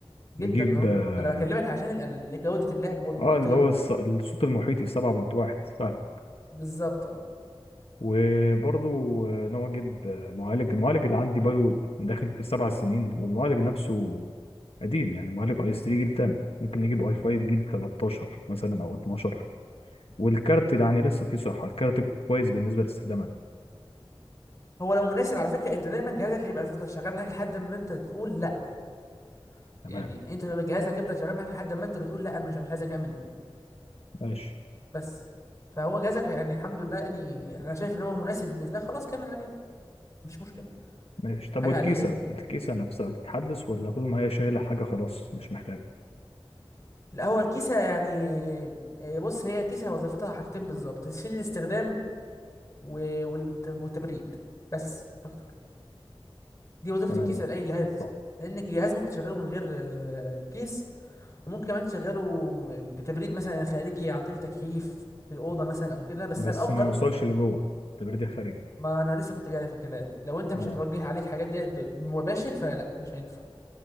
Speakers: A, on the left; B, on the left.
A: جدا
B: نجيب
A: اه
B: اه
A: انا بكلمك عشان ال- ال- جوده اللعب والمحيطيه
B: آه، اللي هو
A: وكده
B: الص- الصوت المحيطي 7.1 فاهم
A: بالظبط اه
B: وبرضه آه، ناوي اجيب آه، معالج المعالج اللي عندي بقاله داخل في سبع سنين والمعالج نفسه قديم يعني معالج اي 3 جيل 8 ممكن نجيب اي 5 جيل 13 مثلا او 12 والكارت يعني لسه فيه صحة الكارت كويس بالنسبة لاستخدام أنا
A: هو لو مناسب على فكره انت دايما جهازك هيبقى يفضل شغال معاك لحد ما انت تقول لا
B: تمام
A: يعني انت جهازك يفضل شغال معاك لحد ما انت اللي تقول لا انا مش مش عايز اكمل بيه
B: ماشي
A: بس فهو جهازك يعني الحمد لله يعني يعني انا شايف ان هو مناسب بالنسبه لي خلاص كمل عليه مفيش مشكله
B: ماشي طب
A: حاجه
B: والكيسة
A: عاديه يعني
B: الكيسة نفسها تتحدث ولا طول ما هي شايلة حاجة خلاص مش محتاجة
A: لا هو الكيسه يعني إيه، بص هي كيسه وظيفتها حاجتين بالظبط تسهيل الاستخدام و- والت- والتبريد بس مش اكتر دي وظيفه
B: تمام
A: الكيسه
B: ماشي
A: لاي جهاز
B: صح
A: لان الجهاز ممكن تشغله من غير آه، الكيس وممكن كمان تشغله بتبريد مثلا خارجي عن طريق تكييف في الأوضة مثلا أو كده بس
B: بس
A: الأفضل
B: ما يوصلش لجوه تبريد خارجي
A: ما أنا لسه كنت جاي في الكلام لو أنت
B: تمام
A: مش هتوجه عليك حاجات ديت ب- مباشر فلا مش هينفع